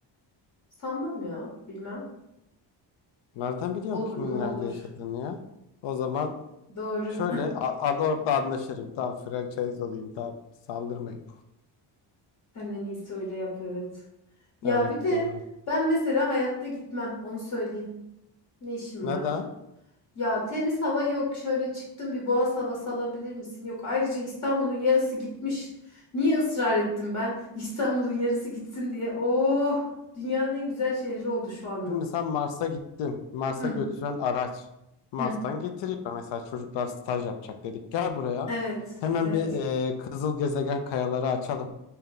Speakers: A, on the left (about 45°); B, on the left (about 75°).
A: Sanmam ya, bilmem.
B: Nereden biliyorsun
A: Olur
B: kimin
A: mu
B: nerede
A: olur.
B: yaşadığını ya? O zaman
A: Doğru.
B: şöyle a- a- orada anlaşırım. Tamam franchise olayım. Tamam saldırmayın.
A: <laughs> Sen en iyisi öyle yap evet. Ya
B: Evet
A: bir de
B: doğru.
A: ben mesela hayatta gitmem onu söyleyeyim. Ne işim
B: Neden?
A: var? Ya temiz hava yok. Şöyle çıktım bir boğaz havası alabilir misin? Yok. Ayrıca İstanbul'un yarısı gitmiş. Niye ısrar ettim ben? <laughs> İstanbul'un yarısı gitsin diye. Oh, dünyanın en güzel şehri oldu şu anda.
B: Şimdi sen Mars'a gittin. Mars'a
A: Hı,
B: götüren araç. Mars'tan
A: hı.
B: getiriyor. Mesela çocuklar staj yapacak dedik. Gel buraya.
A: Evet,
B: Hemen
A: evet.
B: bir e, kızıl gezegen kayaları açalım.